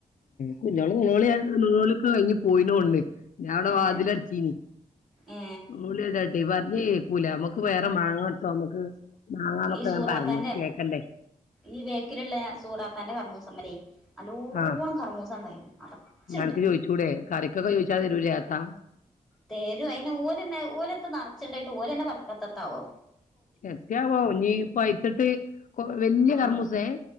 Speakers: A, on the left; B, in the centre.
A: കുഞ്ഞോൾ നേളോളിയാണ് നൂലൊക്കെ കഴിഞ്ഞ് പോയി ണോന്ന്ണ് ഞാൻ അവിടെ
B: ഏ
A: വാതിലട്ച്ചീനിനൂല്
B: ഏ
A: ദ പറഞ്ഞേ കേക്കൂല നമുക്ക് വേറെ മാങ്ങ ഇട്ടോ നമുക്ക് മാങ്ങാന്നൊക്കെ
B: ഈ സൂറാത്താന്റെ
A: ഞാൻ പറഞ്ഞു കേൾക്കണ്ടേ
B: ഈ വേക്കിലുള്ള സൂറാത്താന്റെ കർമ്മുസമ്മലേ നല്ലോണം
A: ആ
B: കറ്മൂസ ഇണ്ടായിന് നിറച്ചുണ്ട്
A: നനക്ക് ചോദിച്ചൂടെ കറിക്കൊക്കെ ചോദിച്ചാൽ തരൂലേ ആത്താ
B: തേരു അയിന് ഓലന്നെ ഓലത്ത് നിറച്ചുണ്ടായിട്ട് ഓലന്നെ പ പറിക്കത്തത്താവോ
A: എത്തിയാ പോനിഇപ്പ പഴ്ത്തിട്ട് കൊ വല്ല്യയ
B: ആഹ്
A: കർമൂസേ